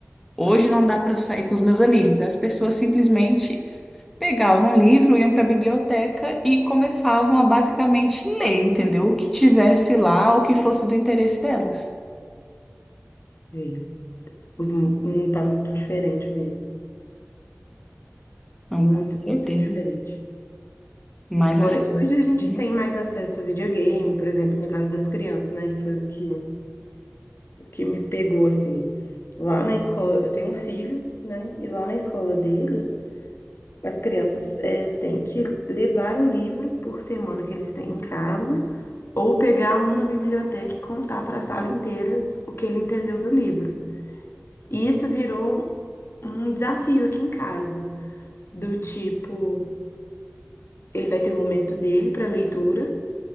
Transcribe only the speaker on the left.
Veio. Os mu- O mundo tá muito diferente mesmo.
Muito,
muito diferente.
Fora
que hoje a gente
tem mais acesso ao videogame, por exemplo, no caso das crianças, né? Que foi o que, o que me pegou, assim. Lá na escola, eu tenho um filho, né? E lá na escola dele. As crianças eh, têm que levar um livro por semana que eles têm em casa, ou pegar um na biblioteca e contar para a sala inteira o que ele entendeu do livro. E isso virou um desafio aqui em casa, do tipo, ele vai ter o momento dele para leitura.